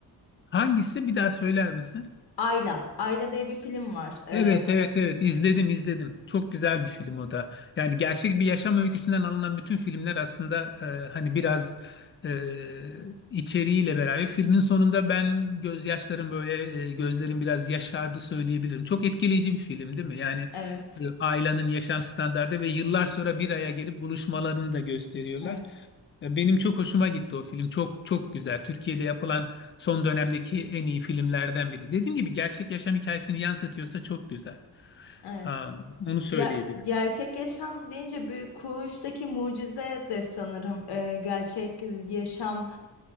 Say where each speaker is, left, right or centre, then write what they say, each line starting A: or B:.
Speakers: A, on the left; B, on the left.
A: Hangisi bir daha söyler misin?
B: Ayla. Ayla diye bir film var. Ee,
A: Evet evet evet izledim izledim. Çok güzel bir film o da. Yani gerçek bir yaşam öyküsünden alınan bütün filmler aslında e, hani biraz e, içeriğiyle beraber filmin sonunda ben gözyaşlarım böyle e, gözlerim biraz yaşardı söyleyebilirim. Çok etkileyici bir film değil mi? Yani
B: evet.
A: e, ailenin yaşam standardı ve yıllar sonra bir araya gelip buluşmalarını da gösteriyorlar.
B: Evet.
A: E, Benim çok hoşuma gitti o film. Çok çok güzel. Türkiye'de yapılan Son dönemdeki en iyi filmlerden biri. Dediğim gibi gerçek yaşam hikayesini yansıtıyorsa çok güzel.
B: Evet.
A: Aa, onu söyleyebilirim.
B: Ya gerçek yaşam deyince Büyük Kuş'taki mucize de sanırım e, gerçek yaşamla